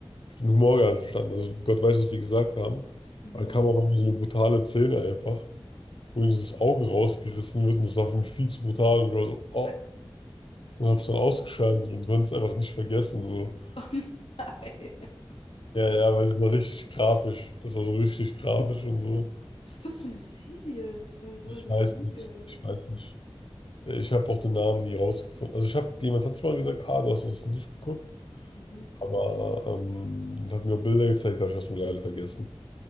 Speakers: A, on the left; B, on the left.
A: Ich habe den Humor gar nicht verstanden. Also Gott weiß, was sie gesagt haben.
B: Mhm.
A: Aber dann kam auch irgendwie so eine brutale Szene einfach, wo ihnen so das Auge rausgerissen wird und das war für mich viel zu brutal und ich war so, oh,
B: Scheiße.
A: und hab's dann ausgeschaltet und konnte es einfach nicht vergessen, so.
B: Oh nein. <laughs>
A: Ja, ja, weil das war richtig grafisch. Das war so richtig grafisch und so.
B: Was ist das für eine Serie? Das heißt, sowas
A: ich
B: habe
A: weiß
B: ich so noch nie
A: nicht.
B: gehört.
A: Ich weiß nicht. Ich habe auch den Namen nie rausgefunden. Also ich habe, jemand hat zwar gesagt, ah, du hast das und das geguckt,
B: Mhm.
A: aber ähm, hat mir auch Bilder gezeigt, da habe ich das nur leider vergessen.